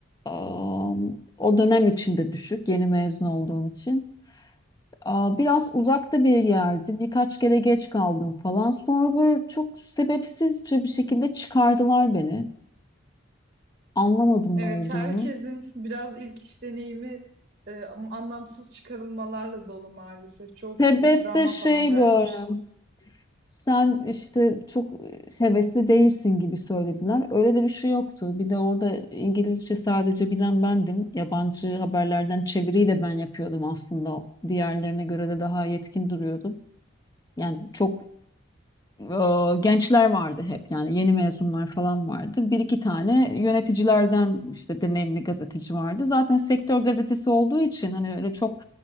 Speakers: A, on the left; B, on the right.
A: Aa, o dönem içinde düşük. Yeni mezun olduğum için. Aa, biraz uzakta bir yerdi. Birkaç kere geç kaldım falan. Sonra böyle çok sebepsizce bir şekilde çıkardılar beni. Anlamadım
B: evet
A: ne olduğunu.
B: herkesin biraz ilk iş deneyimi e, anlamsız çıkarılmalarla dolu maalesef. Çoğu kişi
A: Sebep
B: de travma
A: de şey
B: falan bırakmış.
A: böyle. Sen işte çok e, hevesli değilsin gibi söylediler. Öyle de bir şey yoktu. Bir de orada İngilizce sadece bilen bendim. Yabancı haberlerden çeviriyi de ben yapıyordum aslında. Diğerlerine göre de daha yetkin duruyordum. Yani çok e, gençler vardı hep yani yeni mezunlar falan vardı. Bir iki tane yöneticilerden işte deneyimli gazeteci vardı. Zaten sektör gazetesi olduğu için hani öyle çok